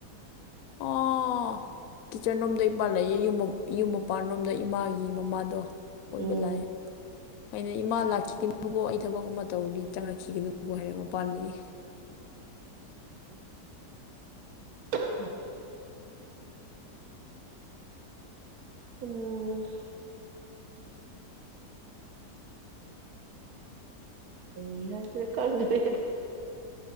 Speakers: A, on the left; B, on the right.
A: ꯑꯣ ꯀꯤꯠꯆꯟ ꯔꯣꯝꯗ ꯏꯄꯥꯥꯟꯜꯂꯑ ꯌꯨꯝ ꯃꯄꯥꯟꯔꯣꯝꯗ ꯏꯃꯥꯒꯤ ꯃꯃꯥꯗꯣ ꯑꯣꯏꯕ
B: ꯎꯝ
A: ꯂꯥꯛꯑꯦ ꯑꯩꯅ ꯏꯃꯥ ꯂꯥꯛꯈꯤꯒꯅꯀꯣ ꯑꯩ ꯊꯕꯛ ꯑꯃ ꯇꯧꯔꯅꯤ ꯇꯔꯛꯈꯤꯒꯅ ꯕꯨ ꯍꯥꯏꯔ ꯑꯃ ꯄꯥꯩ
B: ꯑ <inaudible> ꯑꯣ ꯌꯦꯁꯦ ꯀꯅꯗ